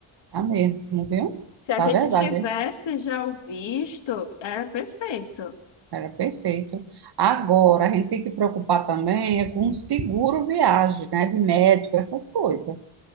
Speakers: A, on the right (about 50°); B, on the left (about 60°).
A: tá mesmo, viu?
B: Se a
A: Tá
B: gente
A: verdade.
B: tivesse já o visto, era perfeito.
A: Era perfeito. Agora, a gente tem que preocupar também é com seguro viagem, né? De médico, essas coisas.